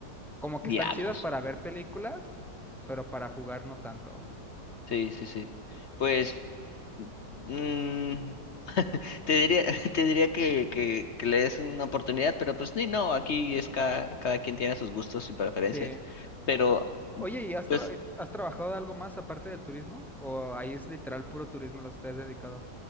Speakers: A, in the centre; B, on the left.
A: Como que
B: Diablos.
A: están chidos para ver películas, pero para jugar no tanto.
B: Sí, sí, sí. Pues Mm, <laughs> te diría, <laughs> te diría que, que, que le des una oportunidad, pero pues ni no, aquí es cada, cada quien tiene sus gustos y preferencias.
A: Sí.
B: Pero
A: Oye, ¿y has,
B: pues
A: tra- eh, has trabajado de algo más aparte del turismo? ¿O ahí es literal puro turismo lo que te has dedicado?